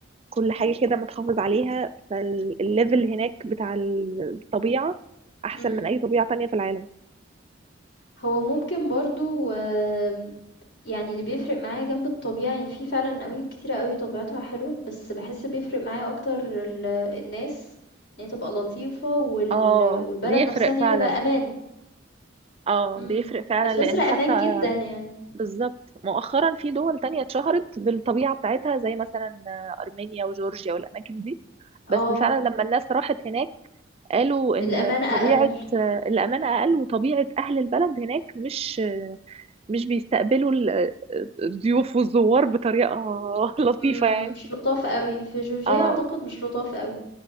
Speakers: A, on the right; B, on the left.
A: كل حاجة كده متحافظ عليها فالليفل هناك بتاع الطبيعة أحسن
B: إمم.
A: من أي طبيعة تانية في العالم
B: هو ممكن برضه آمم، يعني اللي بيفرق معايا جنب الطبيعة يعني في فعلًا أماكن كتيرة أوي طبيعتها حلوة، بس باحس بيفرق معايا أكتر ال الناس، إن هي تبقى لطيفة وال
A: اه
B: والبلد
A: بيفرق
B: آه. نفسها إن
A: فعلا
B: هي تبقى أمان،
A: اه
B: إمم،
A: بيفرق
B: آه.
A: فعلا
B: فسويسرا
A: لان
B: أمان
A: حتى
B: جدًا يعني،
A: بالظبط مؤخرا في دول تانية اتشهرت بالطبيعة بتاعتها زي مثلا آه، أرمينيا وجورجيا والأماكن دي
B: آه،
A: بس فعلا لما الناس راحت هناك قالوا إن
B: الأمانة أقل،
A: طبيعة آه، الأمان أقل وطبيعة أهل البلد هناك مش آه، مش بيستقبلوا ال- آه، الضيوف والزوار بطريقة <laughs> لطيفة
B: إمم،
A: يعني
B: مش لطاف أوي، في جورجيا
A: اه
B: أعتقد مش لطاف أوي،